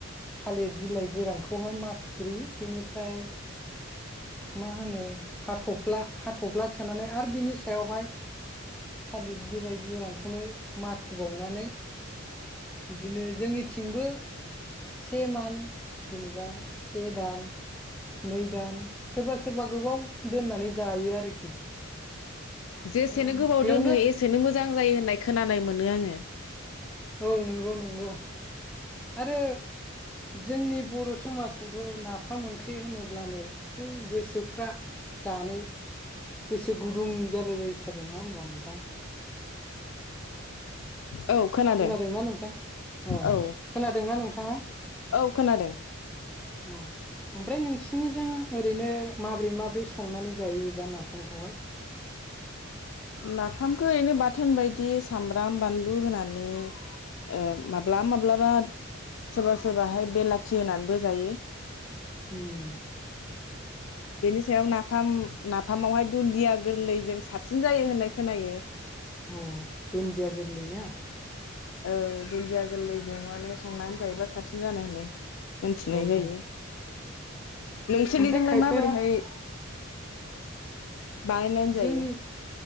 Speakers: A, in the centre; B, on the left (about 70°).
A: थालिर बिलाइ गोरानखौहाय माथुग्रोयो बेनिफ्राय मा होनो हाथफ्ला हाथफ्ला सोनानै आरो बिनि सायावहाय थालिर बिलाइ गोरानखौनो माथुबावनानै बिदिनो जोंनिथिंबो से मान जेनेबा से दान नै दान सोरबा सोरबा गोबाव दोननानै जायो आरोखि।
B: जेसेनो
A: ओ
B: गोबाव
A: बेयावनो
B: दोनो एसेनो मोजां जायो होननाय खोनानाय मोनो आङो।
A: औ नंगौ नंगौ। आरो जोंनि बर' समाजावथ नाफाम ओंख्रि होनोब्लानो ब गोसोफ्रा जानो गोसो गुदुं जालायलायथारो नङा होमबा नोंथां।
B: औ खोनादों
A: खोनादोंना नोंथां अ
B: औ
A: खोनादोंना नोंथाङा
B: औ खोनादों।
A: औ ओमफ्राय नोंसिनिजों ओरैनो माबोरै माबोरै संनानै जायो बेबा नाफामखौहाय?
B: नाफामखौ ओरैनो बाथोन बायदि सामब्राम बानलु होनानै ओ माब्लाब-माब्लाबा सोरबा सोरबाहाय बेलाथि होनानैबो जायो।
A: होम
B: बेनि सायाव नाफाम नाफामावहाय दुन्दिया गोरलै जों साबसिन जायो होननाय खोनायो।
A: अ दुन्दिया गोरलै ना?
B: औ दुन्दिया गोरलैजों माने संनानै जायोबा साबसिन जानाय होननाय। मोनथिनाय
A: औ
B: जायो।
A: औ
B: नोंसोरनिजोंलाय
A: ओमफ्राय खायफाया
B: माबोरैहाय बानायनानै
A: जोंनि
B: जायो